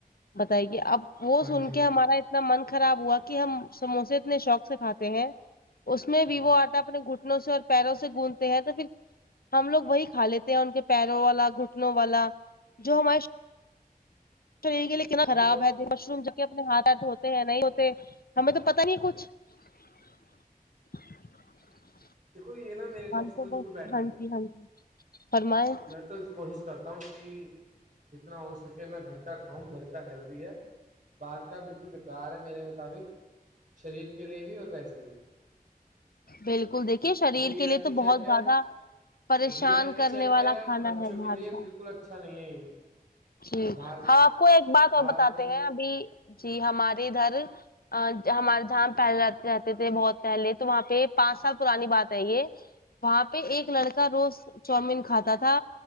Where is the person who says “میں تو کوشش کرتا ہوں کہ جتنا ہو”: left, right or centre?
Right